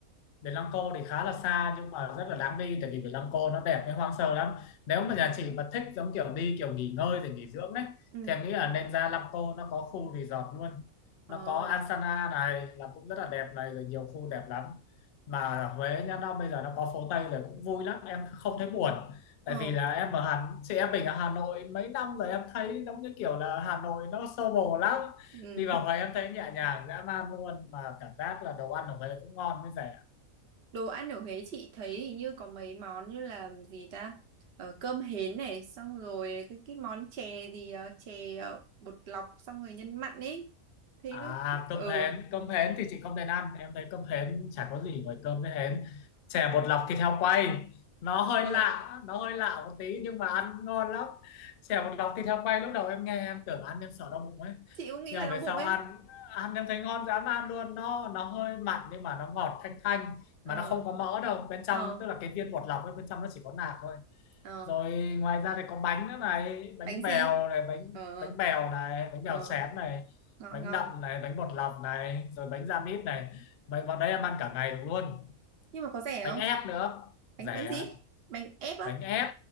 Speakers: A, on the left; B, on the right.
A: Biển Lăng Cô thì khá là xa nhưng mà rất là đáng đi tại vì Biển Lăng Cô nó đẹp với hoang sơ lắm nếu mà nhà chị mà thích giống kiểu đi kiểu nghỉ ngơi rồi nghỉ dưỡng đấy
B: Ừ.
A: thì em nghĩ là nên ra Lăng Cô nó có khu resort luôn
B: Ờ.
A: nó có Ansana này là cũng rất là đẹp này rồi nhiều khu đẹp lắm mà ở Huế nhá nó bây giờ nó có phố Tây rồi cũng vui lắm em không thấy buồn tại
B: Ờ.
A: vì là em ở Hà chị em mình ở Hà Nội mấy năm rồi em thấy giống như kiểu là Hà Nội nó xô bồ lắm
B: Ừ.
A: đi vào Huế em thấy nhẹ nhàng dã man luôn mà cảm giác là đồ ăn ở Huế cũng ngon với rẻ
B: đồ ăn ở Huế chị thấy hình như có mấy món như là gì ta ờ, cơm hến này xong rồi cái, cái món chè gì ờ, chè ờ, bột lọc xong rồi nhân mặn ấy thấy
A: À
B: nó
A: cơm
B: ừ
A: hến, cơm hến thì chị không nên ăn, em thấy cơm hến chả có gì ngoài cơm với hến. Chè bột lọc thịt heo quay, nó hơi
B: ờ
A: lạ, nó hơi lạ một tí nhưng mà ăn ngon lắm. Chè bột lọc thịt heo quay lúc đầu em nghe em tưởng ăn em sợ đau bụng ấy.
B: chị cũng nghĩ
A: Nhưng
B: là
A: mà
B: đau
A: về
B: bụng
A: sau
B: ấy
A: ăn, ăn em thấy ngon dám ăn luôn, nó nó hơi mặn nhưng mà nó ngọt thanh thanh
B: ờ
A: mà nó không có mỡ đâu. Bên trong
B: ờ
A: tức là cái viên bột lọc ấy bên trong nó chỉ có nạc thôi.
B: ờ
A: Rồi ngoài ra thì có bánh nữa này, bánh
B: bánh gì
A: bèo này, bánh
B: ờ
A: bánh bèo này, bánh bèo
B: ờ
A: xém này
B: ngon
A: bánh
B: ngon
A: đậm này bánh bột lọc này rồi bánh da mít này bánh vào đấy em ăn cả ngày được luôn
B: nhưng mà có rẻ
A: bánh
B: không
A: ép nữa
B: bánh
A: rẻ
B: bánh gì bánh ép á
A: bánh ép